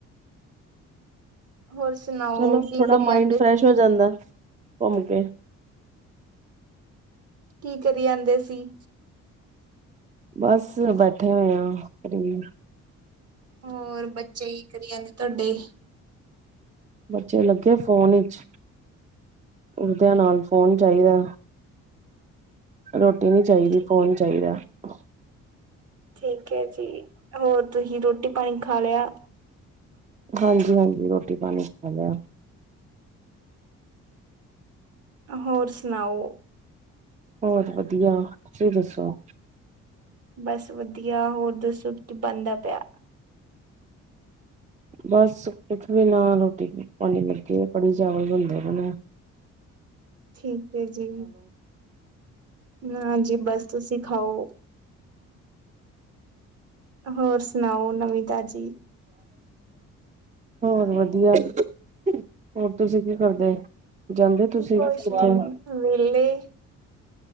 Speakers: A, on the right (about 55°); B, on the right (about 25°).
A: ਹੋਰ ਸੁਣਾਓ
B: ਚਲੋ
A: ਕੀ
B: ਥੋੜ੍ਹਾ
A: ਕਰੀ
B: ਮਾਇੰਡ
A: ਜਾਂਦੇ
B: ਫਰੈਸ਼
A: ਸੀ
B: ਹੋ ਜਾਂਦਾ। ਘੁੰਮ ਕੇ।
A: ਕੀ ਕਰੀ ਜਾਂਦੇ ਸੀ।
B: ਬੱਸ ਬਟ ਥੇ ਹੋਇਆ ।
A: ਹੋਰ ਬੱਚੇ ਹੀ ਕ ਜਾਂਦੇ ਤੁਹਾਡੇ।
B: ਬੱਚੇ ਲੱਗੇ ਫੋਨ ਵਿਚ ਉਦਿਆਂ ਨਾਲ ਫੋਨ ਚਾਹੀਦਾ। ਰੋਟੀ ਨਹੀਂ ਚਾਹੀਦੀ
A: ਠੀਕ
B: ਫੋਨ
A: ਹੈ
B: ਚਾਹੀਦਾ। <unintelligible>
A: ਠੀਕ ਹੈ ਜੀ ਹੋਰ ਤੁਸੀਂ ਰੋਟੀ ਪਾਣੀ ਖਾ ਲਿਆ।
B: ਹਾਂਜੀ, ਹਾਂਜੀ। ਰੋਟੀ ਪਾਣੀ ਖ ਲਿਆ।
A: ਹੋਰ ਸੁਣਾਓ।
B: ਹੋਰ ਵਧੀਆ ਤੁਸੀਂ ਦੱਸੋ।
A: ਬਸ ਵਧੀਆ ਹੋਰ ਦੱਸੋ ਬਣਦਾ ਪਿਆ।
B: ਬਸ ਕੁਛ ਵੀ ਨਾ ਰੋਟੀ ਪਾਣੀ ਲੱਗੇ ਕੜੀ ਚਾਵਲ ਬਣਦੇ ਬਣਾ
A: ਠੀਕ ਹੈ ਜੀ ਹਾਂਜੀ ਬਸ ਤੁਸੀਂ ਖਾਓ। ਹੋਰ ਸੁਣਾਓ ਨਵੀਂ ਤਾ ਜੀ।
B: ਹੋਰ ਵਧੀਆ ਹੋਰ ਤੁਸੀਂ ਕੀ ਕਰਦੇ ਜਾਂਦੇ ਤੁਸੀਂ
A: ਕੋਛ
B: ਕਿੱਥੇ
A: ਨਹੀ ਵਲੇੇ।